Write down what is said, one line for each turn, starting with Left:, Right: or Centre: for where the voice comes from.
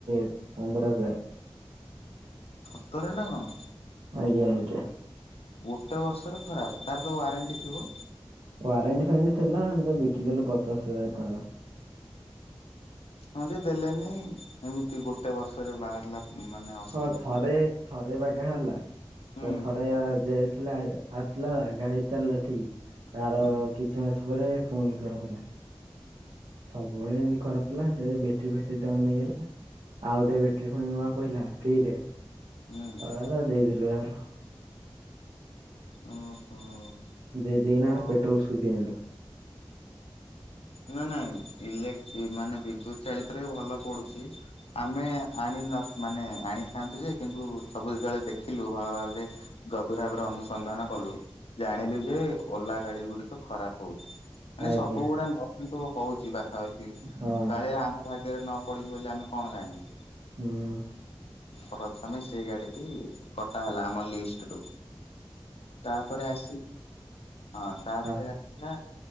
Right: ପନ୍ଦର ହଜାର।
Left: ସତରେ ନା କଣ?
Right: ଆଜ୍ଞା ଆଜ୍ଞା।
Left: ଗୋଟେ ବର୍ଷରେ ଖରାପ ତାର ତ ୱାରେଣ୍ଟି ଥିବ?
Right: ୱାରେଣ୍ଟି ଫାରେଣ୍ଟି ଥିଲା ଆମେ ତ ବିକିଦେଲୁ ପଚାଶ ହଜାର ଟଆଁର।
Left: ହଁ ଯେ ଦେଲେନି ଏମିତି ଗୋଟେ ବର୍ଷରେ ବାହାରିଲା। ମାନେ ଅସୁବିଧା
Right: ହଁ ଥରେ
Left: ବୋଲି
Right: ଥରେ ବାଗା ହେଲା
Left: ହୁଁ
Right: ସେ ଥରେ ଦେଇଥିଲା। ଆସଲା ବାଗାହେଇ ଚାଲିଲା ଠିକ୍ ତାର
Left: ହୁଁ
Right: କିଛି ମାସ ପରେ ଫୁଣି ଖରାପ୍ ହେଲା। ସବୁବେଳେ ଏନ୍ତି ଖରାପ ଥିଲା ସେ ବେଟରୀ ଫେଟରୀ ଡାଉନ ହେଇଗଲା। ଆଉ ଓଟେ ବେଟରୀ ଫୁଣି ନୂଆ ପଇଲା ଫ୍ରିରେ ଅ
Left: ହୁଁ
Right: ଆଦା ଦେଇଦଲୁ ଆର।
Left: ଓହୋ।
Right: ଦେଇ ଦେଇକିନା ଅଟେ
Left: ହଁ।
Right: ପେଟ୍ରୋଲ ସ୍କୁଟି ଆଣିଲୁ।
Left: ନାଁ ନାଁ ଇଲେ ଇଲେକ୍ଟ୍ରି ମାନେ ବିଦ୍ୟୁତ ଚାଳିତରେ ବି ଭଲ ପଡ଼ୁଚି ଆମେ ଆଣି ନ ମାନେ ଆଣିଥାନ୍ତୁ ଯେ କିନ୍ତୁ ସବୁ ଯେତଳେ ଦେଖିଲୁ ଭଲ ଭାବରେ ଗଭୀର ଭାବରେ ଅନୁ ସନ୍ଧାନ କଲୁ ଜାଣିଲୁ ଯେ ଓଲା ଗାଡ଼ି ଗୁଡିକ ଖରାପ ହଉଛି। ଆନେ
Right: ଆଜ୍ଞା
Left: ସବୁ ଗୁଡ଼ା ନୁହଁ କିନ୍ତୁ ହଉଚି ପାଖାପାଖି
Right: ହଁ
Left: କାଳେ ଆମ ଭାଗ୍ୟରେ ନ ପଡ଼ିଚି ବୋଲି ଆମେ କଣ ଜାଇଁଲେ?
Right: ହୁଁ।
Left: ପ୍ରଥମେ ସେଇ ଗାଡ଼ିଟି କଟା ହେଲା ଆମ ଲିଷ୍ଟରୁ। ତାପରେ ଆସି ହଁ ତାପରେ
Right: ଆ
Left: ଆସିଲା